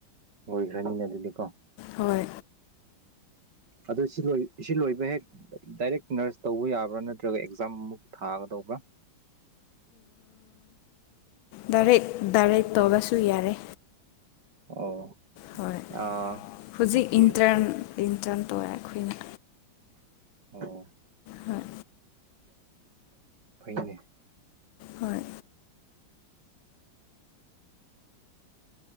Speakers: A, on the right; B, on the left.
A: ꯑꯣꯏꯈ꯭ꯔꯅꯤꯅ ꯑꯗꯨꯗꯤꯀꯣ
B: ꯍꯣꯏ
A: ꯑꯗꯨ ꯁꯤ ꯂꯣꯏ ꯁꯤ ꯂꯣꯏꯕ ꯍꯦꯛ ꯗꯥꯏꯔꯦꯛ ꯅꯔꯁ ꯇꯧꯕ ꯌꯥꯕ꯭ꯔꯥ ꯅꯠꯇ꯭ꯔꯒ ꯑꯦꯛꯖꯥꯝꯃꯨꯛ ꯊꯥꯒꯗꯧꯕ꯭ꯔꯥ
B: ꯗꯥꯔꯦꯠ ꯗꯥꯔꯦꯠ ꯇꯧꯕꯁꯨ ꯌꯥꯔꯦ
A: ꯑꯣ
B: ꯍꯣꯏ
A: ꯑꯥ
B: ꯍꯧꯖꯤꯛ
A: ꯑꯣꯀꯦ
B: ꯏꯟꯇꯔꯟ ꯏꯟꯇꯔꯟ ꯇꯧꯋꯦ ꯑꯩꯈꯣꯏꯅ
A: ꯑꯣ
B: ꯍꯣꯏ
A: ꯐꯥꯏꯅꯦ <inaudible>
B: ꯍꯣꯏ